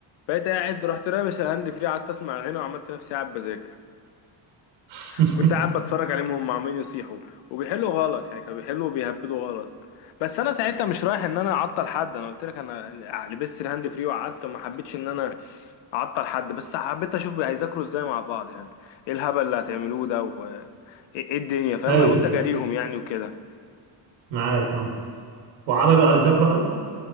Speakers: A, on the left; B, on the right.
A: بقيت قاعد رحت رامش الهاند فري قعدت اسمع هنا وعملت نفسي قاعد بذاكر
B: <laughs>
A: وكنت قاعد بتفرج عليهم وهم عمالين يصيحوا وبيحلوا غلط يعني كانوا بيحلوا وبيهبدوا غلط بس انا ساعتها مش رايح ان انا اعطل حد انا قلت لك انا لبست الهاند فري وقعدت ما حبيتش ان انا اعطل حد بس حبيت اشوف هيذاكروا ازاي مع بعض يعني ايه الهبل اللي هتعملوه ده وايه الدنيا فاهم
B: ايوه
A: قلت اجاريهم يعني وكده
B: معاك اه وعملوا اتذكروا حاجة